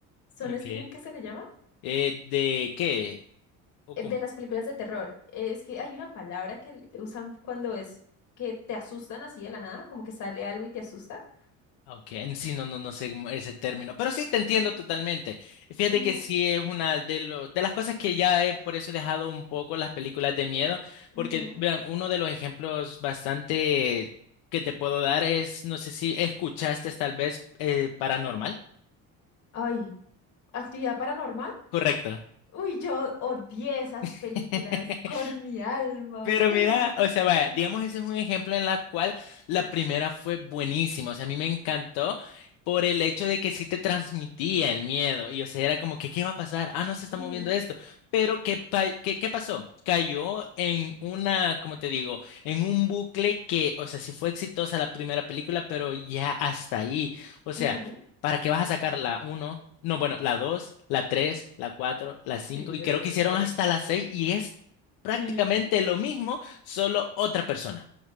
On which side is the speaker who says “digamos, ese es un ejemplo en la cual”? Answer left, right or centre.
Left